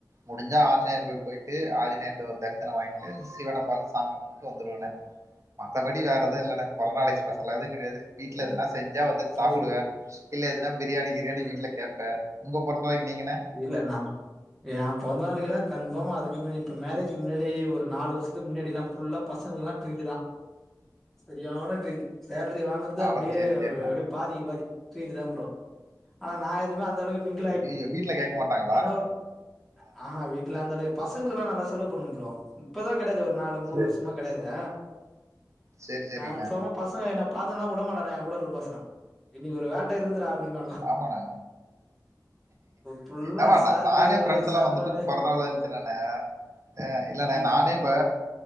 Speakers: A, on the right; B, in the centre.
A: முடிஞ்சா ஆஞ்சநேயர் கோவில் போயிட்டு ஆஞ்சநேயர்ட்ட ஒரு தரிசனோ வாங்கிட்டு சிவன பாத்து சாமி விட்டு வந்துருவேங்க மத்தபடி வேறெது இல்லடா பொறந்த நாளைக்கு ஸ்பெஷலா எது கெடையாது
B: ம்
A: வீட்டுல எதுனா செஞ்சா வந்துட்டு சாப்டுவே
B: ஓகே
A: இல்ல எதுனா பிரியாணி கிரியாணி
B: ம்
A: வீட்ல கேப்பே உங்க பொறந்தநாளைக்கு நீங்கங்க
B: இல்ல நா ஏன் பொறந்தநாளுக்கு தா கன்ஃபார்ம் அதுக்கு முன்னாடி இப்ப மேரேஜுக்கு முன்னாடி ஒரு நாலு வர்ஷத்துக்கு முன்னாடி எல்லா ஃபுல்லா பசங்க எல்லா ட்ரீட்டு தா செரியான ட்ரீட்டு சேலரி வாங்கறது
A: அட
B: அப்டியே
A: சரி சரிண்ணே.
B: ஒரு எப்டி பாதிக்கு பாதி ட்ரீட்டு தா ப்ரோ ஆனா நா எதுவுமே அந்த அளவுக்கு மிங்
A: ஐயையயோ வீட்ல கேக்க மாட்டாங்க
B: ஏனா ஒரு ஆஹா வீட்ல அந்த அளவுக்கு பசங்களுக்கு எல்லா நாலா செலவு பண்ணு ப்ரோ இப்பதா கெடையது ஒரு நாலு மூணு
A: சரி.
B: வருஷ்மா கெடையாதே
A: சரி, சரிங்கண்ணா.
B: கன்ஃபாமா பசங்க என்ன பாத்தனா உடமாட்டானுங்க எ கூட இருக்கற பசங்க இன்னைக்கு ஒரு வேட்ட இருக்குதுறா அப்டினு வானுங்கோ
A: ஆமாண்ணா
B: ஃபுல்லா
A: ஆமாண்ணா
B: சாருக்கு
A: நானே ஃப்ரெண்ட்ஸ் எல்லா
B: சாப்பாடு
A: வந்துட்டு பொறந்தநாள் வன்ச்சுனானே அ இல்லண்ணா
B: ம்
A: நானே இப்ப